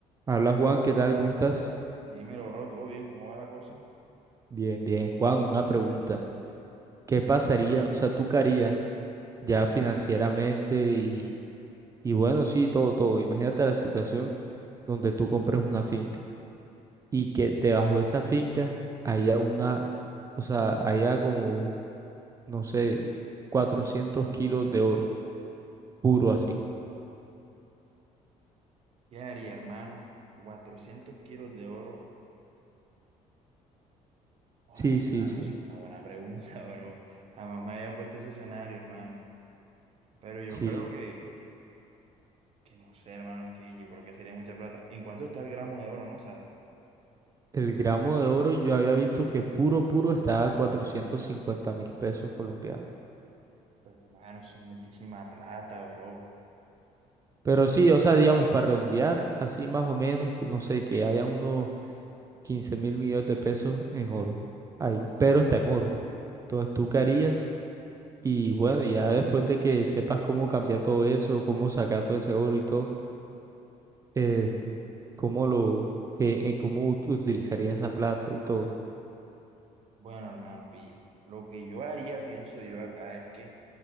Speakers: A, on the right; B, on the right.
A: Habla Juan, ¿qué tal? ¿Cómo estás?
B: Dímelo, bro, ¿todo bien? ¿Cómo va la cosa?
A: Bien, bien. Juan, una pregunta. ¿Qué pasaría, o sea, tú qué harías ya financieramente y, y bueno, sí, todo, todo. Imagínate la situación donde tú compres una finca y que debajo de esa finca haya una, o sea, haya como, no sé, 400 kilos de oro, puro así.
B: ¿Qué haría, hermano? cuatrocientos kilos de oro. Oh,
A: Sí,
B: hermano,
A: sí, sí.
B: eso es una buena pregunta, <laughs> bro. Jamás me había puesto ese escenario, hermano. Pero yo
A: Sí.
B: creo que, que no sé, hermano, es que yo creo que sería mucha plata. ¿En cuánto está el gramo de oro, no sabes?
A: El gramo de oro yo había visto que puro, puro estaba a 450 mil pesos colombianos.
B: Pues, hermano, eso es muchísima plata, bro.
A: Pero sí, o sea, digamos, para redondear, así más o menos, que no sé, que haya unos quince mil millones de pesos en oro ahí, pero está en oro. Entonces tú qué harías y bueno, ya después de que sepas cómo cambiar todo eso, cómo sacar todo ese oro y todo, em, cómo lo, que, eh, cómo ut- utilizarías esa plata y todo.
B: Bueno, hermano, pilla. Lo que yo haría, pienso yo acá, es que,